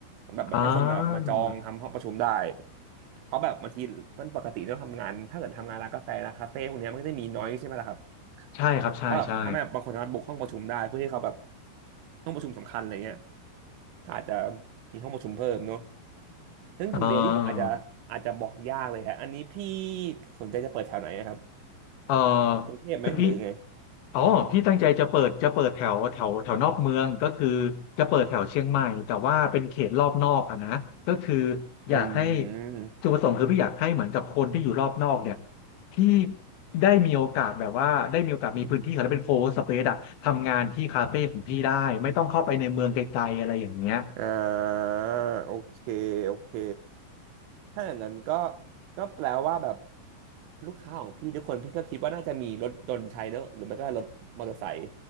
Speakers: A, on the right (about 80°); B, on the left (about 75°).
A: แบบแบบให้คนมามาจองทำห้องประชุมได้
B: อ่า
A: เพราะแบบบางทีมันปกติต้องทำงานถ้าเกิดทำงานร้านกาแฟร้านคาเฟ่พวกเนี้ยมันก็จะมีน้อยใช่ไหมล่ะครับ
B: ใช่ครับใช่ใช่
A: ถ้าแบบถ้าแบบบางคนสามารถบุกห้องประชุมได้เพื่อให้เขาแบบห้องประชุมสำคัญอะไรเงี้ยก็อาจจะมีห้องประชุมเพิ่มเนาะเรื่องทำเลนี่ผมอาจจะอาจจะบอกยากเลยครับอันนี้พี่
B: อ่า
A: สนใจจะเปิดแถวไหนอะครับ
B: เออ
A: กรุงเทพไหมหรือไง
B: คือพี่อ๋อพี่ตั้งใจจะเปิดจะเปิดแถวแถวแถวนอกเมืองก็คือจะเปิดแถวเชียงใหม่แต่ว่าเป็นเขตรอบนอกอะนะก็คืออยากให้
A: อืม
B: จุดประสงค์คือพี่อยากให้เหมือนกับคนที่อยู่รอบนอกเนี่ยที่ได้มีโอกาสแบบว่าได้มีโอกาสมีพื้นที่แล้วเป็นโฟร์สเปซอะทำงานที่คาเฟ่ของพี่ได้ไม่ต้องเข้าไปในเมืองไกลๆอะไรอย่างเงี้ย
A: อ่าโอเคโอเคถ้าอย่างนั้นก็ก็แปลว่าแบบลูกค้าของพี่ทุกคนพี่ก็คิดว่าน่าจะมีรถยนต์ใช้เนอะหรือไม่ก็รถมอเตอร์ไซค์